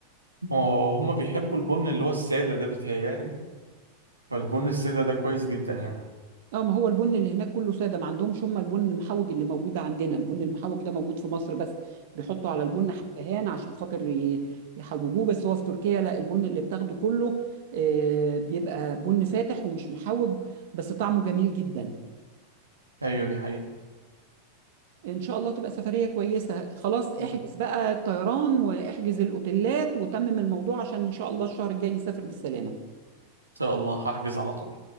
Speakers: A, on the right; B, on the right.
A: هو- هما بيحبوا البن اللي هو السادة ده بيتهيألي فالبن السادة ده كويس جدا يعني
B: اه ما هو البن اللي هناك كله ساده ما عندهمش هم البن المحوج اللي موجود عندنا البن المحوج ده موجود في مصر بس بيحطوا على البن حبهان عشان خاطر ي- يحوجوه بس هو في تركيا لا البن اللي بتاخده كله آه، بيبقى بن فاتح ومش محوج بس طعمه جميل جدا
A: ايوه دي حقيقة
B: ان شاء الله تبقى سفريه كويسه خلاص احجز
A: ان
B: بقى الطيران واحجز الاوتيلات وتمم الموضوع عشان ان شاء الله الشهر الجاي نسافر بالسلامه
A: شاء الله هحجز على طول